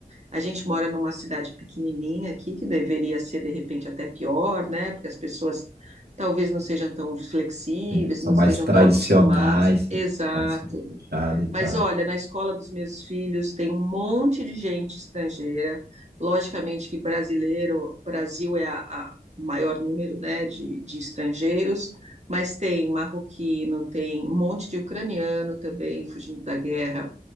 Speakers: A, on the right (about 45°); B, on the right (about 80°).
A: A gente mora numa cidade pequenininha aqui, que deveria ser de repente até pior, né? Porque as pessoas talvez não sejam tão flexíveis,
B: Sim, São
A: não estejam
B: mais tradicionais,
A: tão acostumados. Exato.
B: né? Mais fechado e tal.
A: Mas olha, na escola dos meus filhos tem um monte de gente estrangeira. Logicamente que brasileiro, Brasil é a, a maior número, né, de, de estrangeiros, mas tem marroquino, tem um monte de ucraniano também fugindo da guerra,